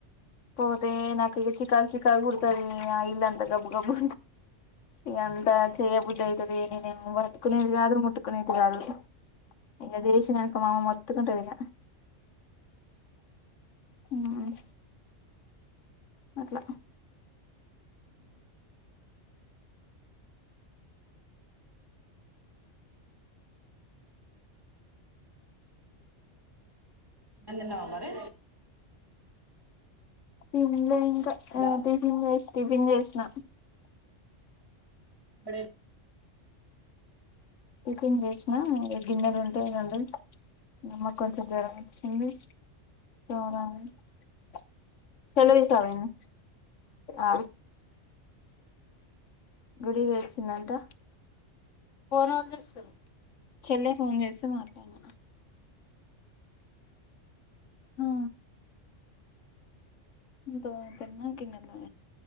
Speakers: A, on the left; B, on the right.
A: పోతే నాకిగ చికాక్చికాక్బుడతదీ ఆ ఇల్లంత గబ్బు గబ్బు ఇగంత చేయబుద్దయితది నేనేం వట్టుకునేది గాదు ముట్టుకునేది గాదు. ఇంగ జేసినంక మామ మొత్కుంటదిగ ఉమ్ అట్ల
B: ఉ అన్నందిన్నవా మరి?
A: తిన్లే ఇంకా
B: హలో
A: ఆ టిఫిన్ జేశ్ టిఫిన్ జేశ్న
B: ఇప్పుడే
A: టిఫిన్జేశ్నా ఇగ గిన్నెలుంటే రొండు ఇంగమ్మక్కొంచెం జ్వరమొచ్చింది <unintelligible> సెలవిస్తార ఇంగ ఆ గుడిక్వొయొచ్చిందంట ఫోనెవళ్జేశిర్రు? చెల్లె ఫోన్ జేస్తె మాట్లాడ్న. హూ ఇంతో తిన్నా కిందనే